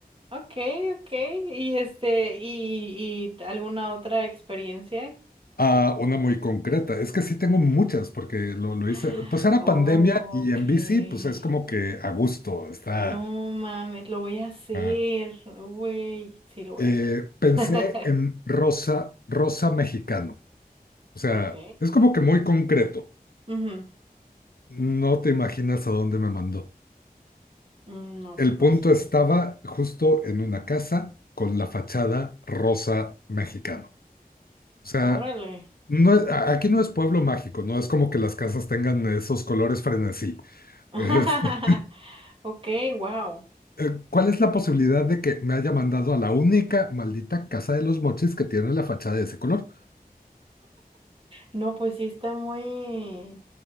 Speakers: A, on the right; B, on the left.
A: Ok, ok. Y este, y, y alguna otra experiencia.
B: Ah, una muy concreta. Es que sí tengo muchas, porque lo, lo
A: <gasps>
B: hice. Pues era
A: Ok.
B: pandemia y en bici, pues es como que a gusto, está.
A: No mames, lo voy a hacer.
B: ah.
A: Güey, sí lo voy
B: Eh,
A: a hacer.
B: pensé
A: <laughs>
B: en rosa, rosa mexicano. O sea,
A: Ok.
B: es como que muy concreto.
A: Ujú.
B: No te imaginas a dónde me mandó.
A: Mm, No,
B: El
A: pues
B: punto
A: no sé.
B: estaba justo en una casa con la fachada rosa mexicano. O sea,
A: Órale.
B: no es- a- aquí no es pueblo mágico, no es como que las casas tengan esos colores frenesí.
A: <laughs>
B: <laughs> Este,
A: Ok, wow.
B: eh, ¿cuál es la posibilidad de que me haya mandado a la única maldita casa de los mochis que tiene la fachada de ese color?
A: No, pues sí está muy,